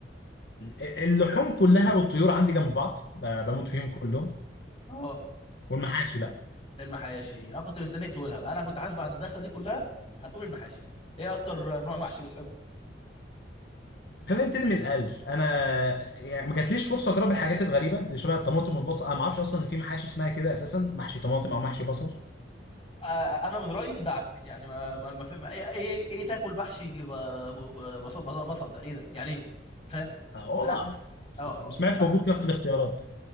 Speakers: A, on the left; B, on the left.
A: اللحوم كلها والطيور عندي جنب بعض ب- بموت فيهم كلهم
B: اه
A: والمحاشي بقى
B: المحاشي انا كنت مستنيك تقولها بقى. انا كنت حاسس بعد الدخله دي كلها هتقول المحاشي ايه اكتر نوع محشي بتحبه
A: خلينا نبتدي من الاقل انا يعني ما جاتليش فرصه اجرب الحاجات الغريبه اللي شبه الطماطم والبصل انا ما اعرفش اصلا ان في محاشي اسمها كده اساسا محشي طماطم او محشي بصل
B: آه، آه، انا من رايي ندعك يعني ما ما ما, في- ما ايه ايه إيه تاكل محشي ب- و- بصل بصل بصل ده ايه ده يعني ايه فاهم
A: أه والله
B: فلا
A: اعرف س-
B: اه اه
A: سمعت
B: لا
A: موجود كده في الاختيارات